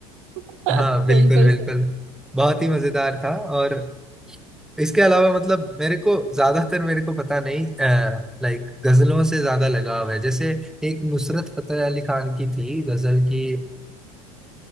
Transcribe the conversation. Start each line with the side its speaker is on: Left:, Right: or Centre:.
Right: <laughs>
Centre: हाँ बिल्कुल
Right: बिल्कुल
Centre: बिल्कुल
Right: सही
Centre: बहुत ही मजेदार था और इसके अलावा मतलब मेरे को ज्यादातर मेरे को पता नहीं लाइक गजलों से ज्यादा लगाव है जैसे एक नुसरत फतेह अली खान की थी गजल की